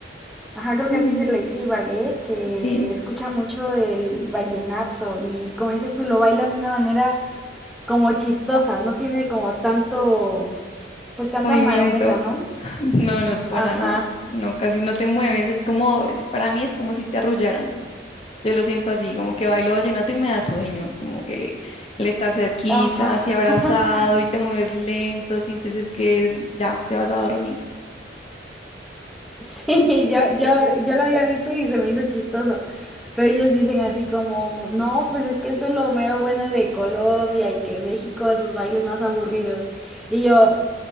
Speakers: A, in the centre; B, on the left.
A: ajá, creo
B: Mm,
A: que así se le dice Ibagué, que
B: sí,
A: escuchan mucho el vallenato y como dices tú, lo bailan de una manera como chistosa, no tiene como tanto, pues tanta
B: movimiento.
A: marometa, ¿no?
B: <laughs> No, no, para
A: Ajá,
B: nada. No, casi no te mueves. Es como, para mí es como si te arrullaran. Yo lo siento así, como que bailo vallenato y me da sueño, como que el estar cerquita,
A: ajá.
B: así abrazado
A: <laughs>
B: y te mueves lento, sientes es que ya te vas a dormir.
A: Sí, yo, yo, yo lo había visto y se me hizo chistoso. Pero ellos dicen así como, no, pues es que esto es lo mero bueno de Colombia y que México sus bailes más aburridos. Y yo,